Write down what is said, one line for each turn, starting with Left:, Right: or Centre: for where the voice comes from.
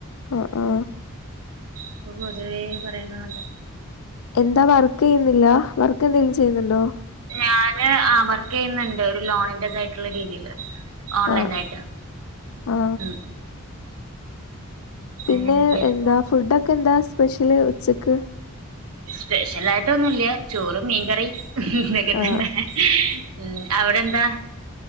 Left: ആ ആ
Right: ഇപ്പൊ പൊതുവേ പറയുന്നത്ണ്ട്
Left: എന്താ വർക്ക് ചെയ്യുന്നില്ല വർക്ക് എന്തെങ്കിലും ചെയ്യുന്നുണ്ടോ
Right: ഞാന് ആ വർക്ക് യ്യുന്നുണ്ട് ഒരു ലോണിന്റെതായിട്ടുള്ള രീതില് ഓൺലൈൻ
Left: ആ
Right: ആയിട്ട്
Left: ആ
Right: ഉം
Left: പിന്നെ
Right: അങ്ങനെയൊക്കെ ആയിട്ട്
Left: എന്താ
Right: പോ
Left: ഫുഡൊക്കെ എന്താ സ്പെഷ്യല് ഉച്ചക്ക്
Right: സ്പെഷ്യൽ ആയിട്ടൊന്നുംല്ല ചോറും മീൻകറി <unintelligible> ഇതൊക്കെ
Left: ആ
Right: തന്നെ ഉം അവിടെ എന്താ